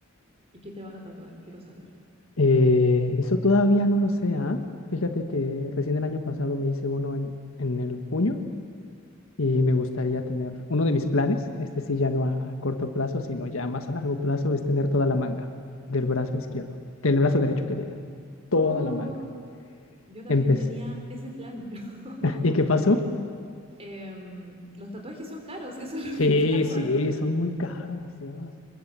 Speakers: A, on the right (about 30°); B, on the left (about 70°).
A: ¿Y qué te vas a tatuar? Quiero saber.
B: Eh, eso todavía no lo sé, ¿ah? Fíjate que recién el año pasado me hice uno en, en el puño y me gustaría tener uno de mis planes, este sí ya no a, a corto plazo, sino ya más a largo plazo, es tener toda la manga del brazo izquierdo, del brazo derecho que diga,
A: Oh,
B: toda la manga.
A: yo también
B: Empecé.
A: tenía ese plan. <laughs>
B: ¿Y qué pasó?
A: Em, los tatuajes son caros, eso es lo
B: Sí,
A: que pasa.
B: sí, son muy caros, Dios.